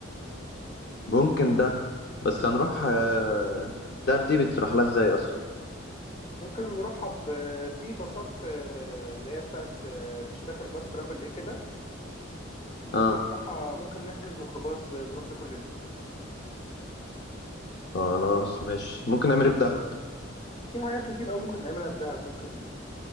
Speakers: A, on the left; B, on the left.
A: ممكن دهب بس هنروح آه، دهب دي بتروح لها ازاي اصلا؟
B: ممكن نروحها ب- في باصات آه، اللي هي بتاعت آه، مش فاكر باص ترافل ايه كده وفي ممكن
A: اه
B: نروحها ممكن نحجز ميكروباص آه، نروح بيه كلنا
A: خلاص ماشي ممكن نعمل ايه في دهب؟
B: في حاجات كتير قوي ممكن نعملها في دهب ممكن